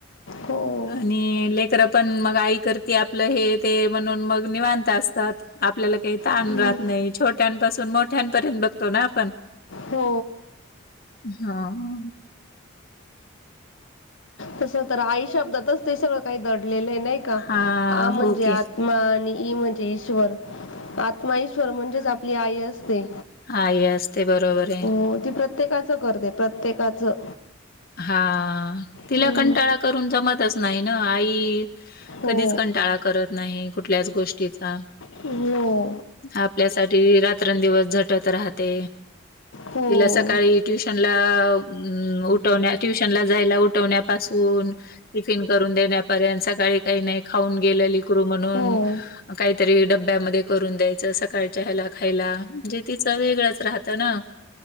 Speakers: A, on the left; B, on the left.
A: हो
B: आणि लेकरं पण मग आई करती आपलं हे ते म्हणून मग निवांत असतात. आपल्याला काही ताण
A: हम्म.
B: राहत नाही छोट्यांपासून मोठ्यांपर्यंत बघतो. ना आपण
A: हो
B: हा हा
A: तसं तर आई शब्दातच ते सगळं काही दडलेलं आहे. नाही का
B: हा
A: आ म्हणजे
B: हो की
A: आत आत्मा आणि ई म्हणजे ईश्वर आत्मा ईश्वर म्हणजेच आपली आई असते.
B: हा असते बरोबर आहे.
A: हो ती प्रत्येकाच सगळ करते प्रत्येकाचं
B: हा तिला
A: हम्म.
B: कंटाळा करून जमतच नाही ना आई
A: हो
B: कधीच कंटाळा करत नाही. कुठल्याच गोष्टीचा
A: हो
B: आपल्यासाठी रात्रं दिवस झटत राहते.
A: हो
B: तिला सकाळी ट्युशनला उठ उठवण्या ट्युशन ला जायला. उठवण्यापासून टिफिन करून देण्यापर्यंत सकाळी काही नाही खाऊन गेलं लकरू म्हणून
A: हो
B: काहीतरी डब्यामध्ये करून द्यायचं. सकाळच्या ह्यायला खायला म्हणजे तिचं वेगळंच राहतं ना!